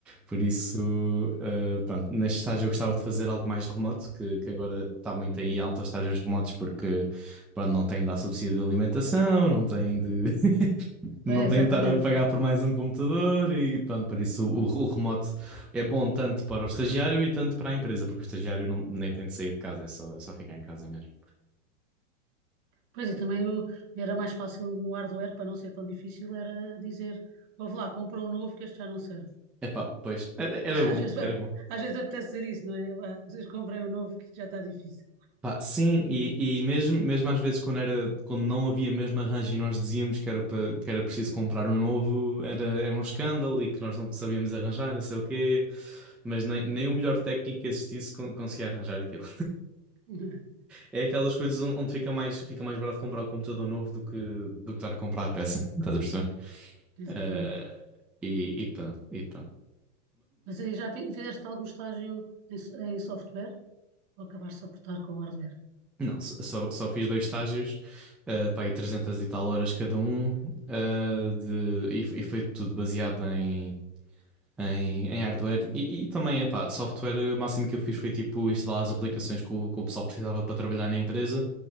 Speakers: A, in the centre; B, on the right (about 40°).
A: Por isso, eh, pronto, neste estágio eu gostava de fazer algo mais remoto, que, que agora está muito em alta os estágios remotos, porque pronto, não tem de dar subsídio de alimentação, não tem de, <laughs> não
B: Pois,
A: tem
B: exatamente.
A: de estar a pagar por mais um computador e pronto, por isso o, o remoto é bom tanto para o estagiário e tanto para a empresa, porque o estagiário não- nem tem de sair de casa, é só, é só ficar em casa mesmo.
B: Pois e também o- era mais fácil no hardware, para não ser tão difícil, era dizer, ouve lá, compra um novo que este já não serve.
A: Epá, pois, era,
B: <laughs>
A: era bom,
B: Às vezes, vai-
A: era bom.
B: às vezes apetece dizer isso, não é? Vá, Vocês comprem um novo que isto já está difícil.
A: Pá, sim, e, e mesmo, mesmo às vezes quando era, quando não havia mesmo arranjo e nós dizíamos que era, para, que era preciso comprar um novo, era, era um escândalo e que nós não sabíamos arranjar, não sei o quê, mas nem, nem o melhor técnico que existisse con- conseguia arranjar aquilo.
B: <laughs>
A: É aquelas coisas on- onde fica mais, fica mais barato comprar um computador novo do que, do que estar a comprar a peça, estás a perceber?
B: Exatamente.
A: Eh, e, e pronto, e pronto.
B: Mas aí já fi- fizeste algum estágio em, so- em software ou acabaste só por estar com o hardware?
A: Não, só, só só fiz dois estágios, uh, pá, aí 300 e tal horas cada um, ah, de, e, foi e foi tudo baseado em, em, em hardware e, e também, epá, software, o máximo que eu fiz foi tipo instalar as aplicações que o, que o pessoal precisava para trabalhar na empresa